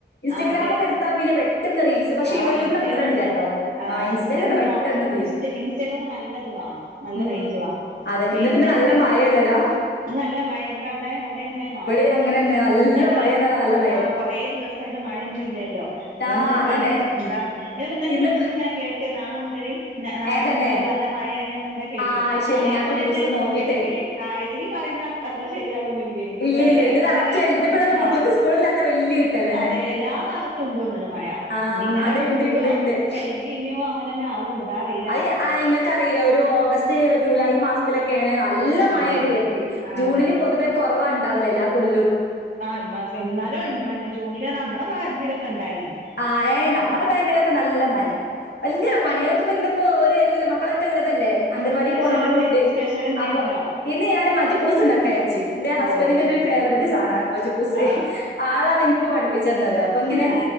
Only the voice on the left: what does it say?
ഇസ്റ്റാഗ്രാമൊക്കെ
ഇടുത്താ പിന്നെ പെട്ടെന്ന് റീൽസ് പക്ഷെ
യൂട്യൂബിൽ
അത്ര
ഇല്ലട്ടോ
ഇൻസ്റ്റയിലൊക്കെ
പെട്ടെന്ന് തീരും
ഉം
അതന്നെ
ഇന്ന് നല്ല
മഴയല്ലേടാ
ഇവിടേം അങ്ങനെന്നെ നല്ല
മഴന്ന് പറഞ്ഞാ നല്ല മഴ
ആഹ്
അതന്നെ
ഇന്ന്
ഏഹ് തന്നെ
ആഹ് അയ്ശരി
ഞാൻപ്പൊ ന്യൂസ് നോക്കിട്ടേ
ഇല്ല ഇല്ല ഇത് കറക്റ്റാണ്
ഇന്നിപ്പോ നല്ല കുട്ടികൾക്ക്
സ്കൂളില്ലാത്ത വല്യ കിട്ടലന്നെ
ആഹ്
അത് ഇണ്ട്
ഇണ്ട് ഇണ്ട്
അത് ആഹ് ഇങ്ങക്കറിയില്ലേ ഒരു ഓഗസ്റ്റ് ജൂലൈ മാസത്തിലൊക്കെ നല്ല മഴാട്ട്
വെരല്
ജൂണില് പൊതുവേ കൊറവ ഇണ്ടാവല് എല്ലാ കൊല്ലും.
ആഹ് ഏയ് നമ്മടെ ടൈമിലൊക്കെ നല്ല മഴയാ ഇല്ല്യ പണികളൊക്കെ ഇന്ന് ഇപ്പോ ഓര് എല്ല മക്കളൊക്കെ ഇള്ളതല്ലേ? അംഗൻവാടി
പോണോളും
ഇണ്ട്
അപ്പൊ
ഇന്ന് ഞാന് മജ്ബൂസ് ഇണ്ടാക്ക വിജാര്ച്ച് ജന്റെ ഹസ്ബൻഡിന്റെ
ഒരു ഫേവറേറ്റ് സാനാണ് മജ്ബൂസ്
ആളാണ് ഇൻക്ക് പഠിപ്പിച്ചെന്നത് അപ്പൊ ഇങ്ങനെ